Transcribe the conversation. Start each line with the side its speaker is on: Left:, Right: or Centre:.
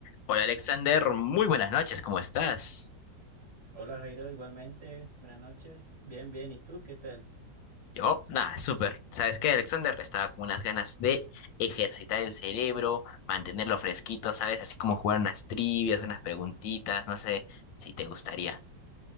Left: Hola Alexander, muy buenas noches, ¿cómo estás?
Right: Hola Jairo, igualmente, buenas noches. Bien, bien, ¿y tú qué tal?
Left: Yo, nada, súper. ¿Sabes qué, Alexander? Estaba con unas ganas de ejercitar el cerebro, mantenerlo fresquito, ¿sabes? Así como jugar unas trivias, unas preguntitas, no sé si te gustaría.